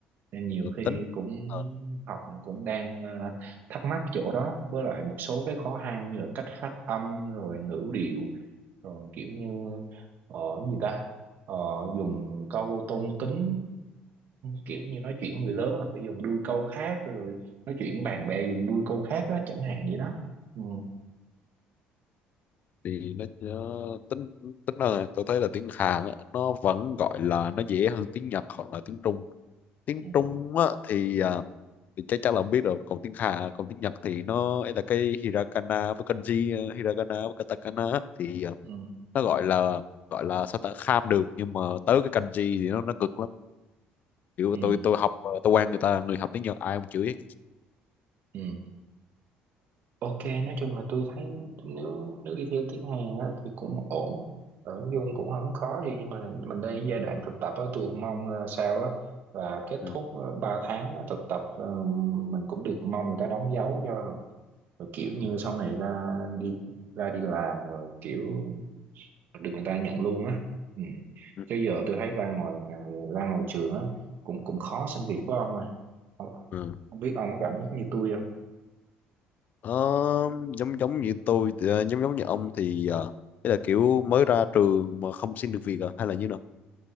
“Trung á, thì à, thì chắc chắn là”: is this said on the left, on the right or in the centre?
Left